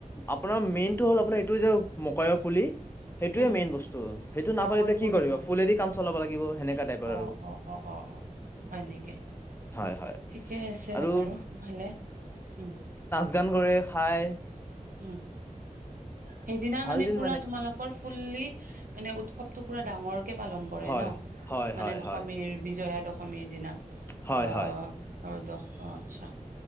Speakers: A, on the left; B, on the right.
A: আপোনাৰ মেইনটো হ'ল আপোনাৰ এইটো যে মকায়ৰ পুলি সেইটোৱে
B: উম
A: মেইন বস্তু সেইটো নাপালে
B: মাকৈ
A: এতিয়া
B: পুলিটো
A: কি কৰিব ফুলেদি কাম চলাব লাগিব সেনেকা টাইপৰ
B: অ
A: আৰু
B: অ অ অ অ হয় নেকি
A: হয় হয়
B: ঠিকে আছে
A: আৰু
B: বাৰু ভলে উম
A: যোগান কৰে খায়
B: উম সেইদিনা
A: ভাল
B: মানে
A: দিন
B: পুৰা তোমালোকৰ ফুল্লি মানে উৎসৱটো পুৰা ডাঙৰ পালন কৰে
A: হয়
B: ন
A: হয়
B: মানে
A: হয়
B: দশমীৰ
A: হয়
B: বিজয়া দশী অসমীয়া দিনা
A: হয়
B: অ
A: হয়
B: হ'দ অ আচ্ছা